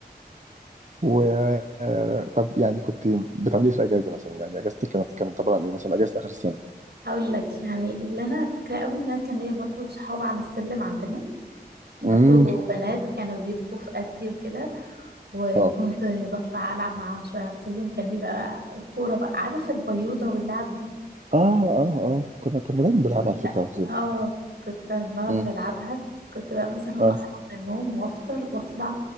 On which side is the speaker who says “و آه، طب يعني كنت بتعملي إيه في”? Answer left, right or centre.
Right